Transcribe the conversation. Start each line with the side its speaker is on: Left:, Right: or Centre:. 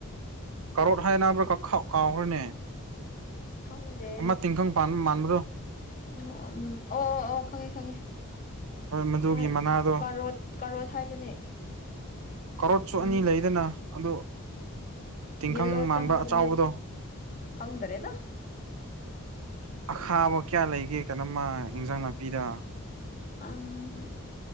Right: ꯀꯔꯣꯠ ꯍꯥꯏ ꯕ꯭ꯔꯥ ꯀꯥꯎꯈ꯭ꯔꯦꯅꯦ
Left: ꯎ ꯈꯪꯗꯦ
Right: ꯑꯃ ꯇꯤꯡꯈꯪ ꯄꯥꯟꯕ ꯃꯥꯟꯕꯗꯣ
Left: ꯎꯝ ꯑꯣ ꯑꯣ ꯑꯣ ꯈꯪꯉꯦ ꯈꯪꯉꯦ
Right: ꯃꯗꯨꯒꯤ
Left: ꯃꯥꯏ
Right: ꯃꯅꯥꯗꯣ
Left: ꯀꯔꯣ ꯀꯔꯣ ꯍꯥꯏꯕꯅꯦ
Right: ꯀꯔꯣꯠꯁꯨ
Left: ꯃꯃꯤꯡ
Right: ꯑꯅꯤ ꯂꯩꯗꯅ ꯑꯗꯨ ꯇꯤꯡꯈꯪ
Left: ꯌꯦꯂꯣ
Right: ꯃꯥꯟꯕ
Left: ꯆꯪꯕꯗꯨꯅ
Right: ꯑꯆꯕꯗꯣ
Left: ꯈꯪꯗꯔꯦꯗ <unintelligible>
Right: ꯑꯈꯥꯕ ꯀꯌꯥ ꯂꯩꯒꯦ ꯀꯩꯅꯣꯃ ꯏꯟꯖꯥꯡ ꯅꯥꯄꯤꯗ
Left: ꯑꯝ